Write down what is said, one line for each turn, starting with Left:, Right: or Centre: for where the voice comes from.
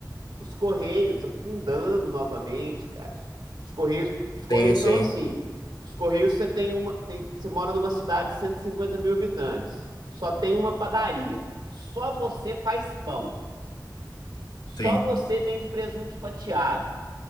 Right: os Correios afundando novamente, cara. Os, os Correios, os Correios
Left: Sim, sim,
Right: são assim. Os Correios você tem uma, tem- você mora numa cidade de 150 mil habitantes. Só tem uma padaria. Só você faz pão. Só
Left: sim.
Right: você vende presunto fatiado.